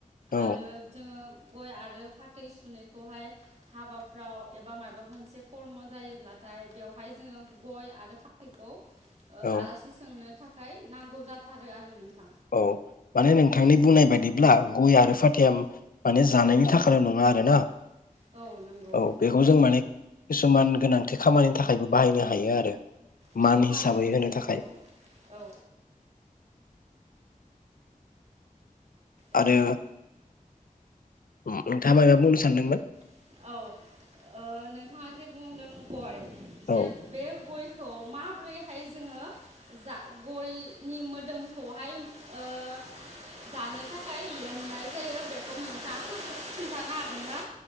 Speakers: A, on the left (about 75°); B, on the right (about 50°).
A: औ
B: आरो जोङो गय आरो फाथै सुैखौहाय हाबाफ्राव एबा माबा मोनसे खर्म' जायोब्ला थाय बेवहाय जोङो गय आरो फाथैखौ ओ
A: औ
B: आलासि सोंनो थाखाय नांगौ जाथारो आरो नोंथां।
A: औ माने नोंथांनि बुंनाय बायदिब्ला गय आरो फाथैया माने जानायनि थाखायल' नङा आरो ना
B: औ नंगौ
A: औ बेखौ जों माने किसुमान गोनांथि खामानिनि थाखायबो बाहायनो हायो आरो
B: औ
A: मान
B: थारैनो
A: हिसाबै होनो
B: नंगौ
A: थाखाय
B: औ ओ
A: आरो उम नोंथाङा मायबा बुंनो सानदोंमोन?
B: औ ओ नोंथाङा जे बुंदों गय' जे
A: औ
B: बे गय' खौ माबोरैहाय जोङो जा गयनि मोदोमखौहाय ओ जानो थाखाय लेमनाय जायो बेखौ नोंथाङा फोर खिन्थानो हागोनना?